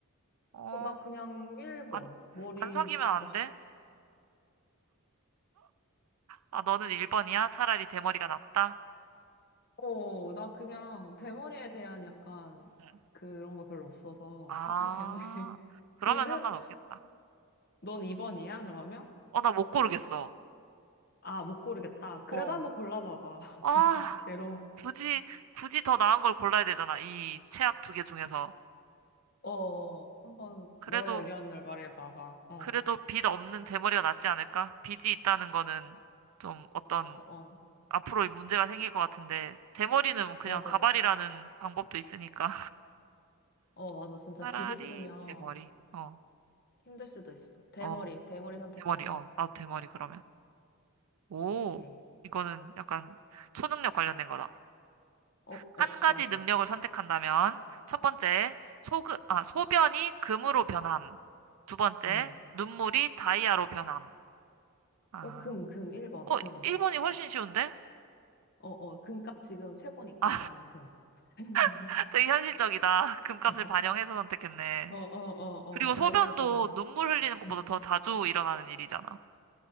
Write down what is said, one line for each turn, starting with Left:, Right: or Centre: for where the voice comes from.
Right: 어,
Left: 어, 나 그냥 1번.
Right: 안,
Left: 머리
Right: 안 사귀면 안
Left: 없,
Right: 돼? 아, 너는 1번이야? 차라리 대머리가 낫다?
Left: 어, 나 그냥 대머리에 대한 약간
Right: 응.
Left: 그런 거 별로 없어서
Right: 아,
Left: 차라리 대머리 <laughs>
Right: 그러면
Left: 빗은
Right: 상관없겠다.
Left: 넌 2번이야? 그러면?
Right: 어, 나 못 고르겠어.
Left: 아, 못 고르겠다. 그래도
Right: 어.
Left: 한번 골라봐봐.
Right: 아,
Left: <laughs> 괴로워.
Right: 굳이, 굳이 더 나은 걸 골라야 되잖아. 이 최악 두 개 중에서.
Left: 어, 한번
Right: 그래도,
Left: 너의 의견을 말해봐봐. 어,
Right: 그래도 빚 없는 대머리가 낫지 않을까? 빚이 있다는 거는 좀 어떤
Left: 어, 어.
Right: 앞으로 문제가 생길 것 같은데, 대머리는 그냥
Left: 맞아.
Right: 가발이라는 방법도 있으니까.
Left: 어, 맞아. 진짜
Right: 차라리
Left: 빗 있으면
Right: 대머리. 어,
Left: 힘들 수도 있어. 대머리,
Right: 어,
Left: 대머리 선택했어.
Right: 대머리. 어, 나도 대머리 그러면. 오,
Left: 오케이.
Right: 이거는 약간 초능력 관련된 거다.
Left: 어,
Right: 한
Left: 어, 좋아,
Right: 가지
Left: 좋아.
Right: 능력을 선택한다면 첫 번째, 소그, 아, 소변이 금으로 변함. 두 번째,
Left: 응
Right: 눈물이 다이아로 변함. 아,
Left: 어, 금, 금, 1번,
Right: 어,
Left: 금.
Right: 1번이 훨씬 쉬운데?
Left: 어, 어, 금값 지금 최고니까
Right: 아,
Left: 나는 금. <laughs>
Right: <laughs> 되게 현실적이다. <laughs> 금값을
Left: 어,
Right: 반영해서 선택했네.
Left: 어, 어,
Right: 그리고
Left: 어, 다이아
Right: 소변도
Left: 지금.
Right: 눈물 흘리는 것보다
Left: 음.
Right: 더 자주 일어나는 일이잖아.